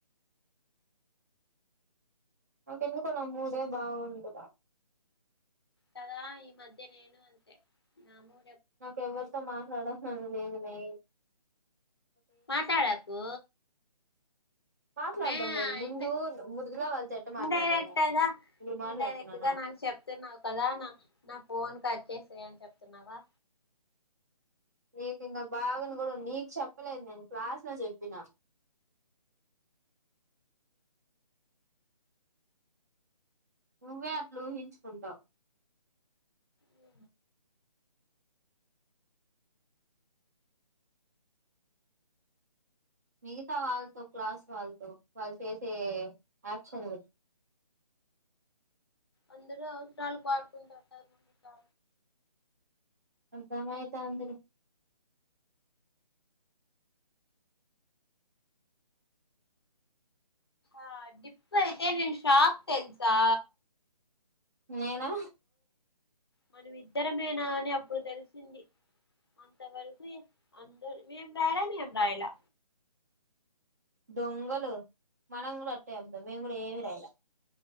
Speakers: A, on the right; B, on the left.
A: నాకెందుకో నా మూడే బాగుండదా
B: కదా ఈ మధ్య నేను అంతే నము
A: నాకు ఎవరితో మాట్లాడాలని లేదు మే
B: మాట్లాడకు
A: మాట్లాడడం
B: మే
A: లేదు ముందు
B: ఇ
A: ముదుగులా వాళ్ళతో ఎట్ట
B: ఇన్డైరెక్ట్
A: మాట్లాడేదాన్ని
B: గా
A: ఇప్పుడు
B: ఇన్
A: మాట్లాడుతున్నానా
B: డైరెక్ట్ గా నాకు చెప్తున్నావు కదా నా నా ఫోన్ కట్ చేసేయనీ చెప్తున్నావా
A: నీకు ఇంకా బాగాని కూడా నీకు చెప్పలేదు నేను క్లాస్ లో చెప్పినా నువ్వే అట్ల ఊహించుకుంటావు
B: ఓ
A: మిగతా వాళ్ళతో క్లాస్ వాళ్ళతో వాళ్ళు చేసే యాక్షన్
B: అందరూ అవసరాలు వాడుకుంటారు కద ముందుకా
A: అర్థమైతందిలే
B: ఆ డిప్పు అయితే నేను షాక్ తెల్సా
A: నేనా
B: మనం ఇద్దరమేనా అని అప్పుడు తెలిసింది అంతవరకు అందు మేం రాయలా నేం రాయలా
A: దొంగలు మనం కూడా అట్టే చెబుతాం మేము కూడా ఏమి రాయలే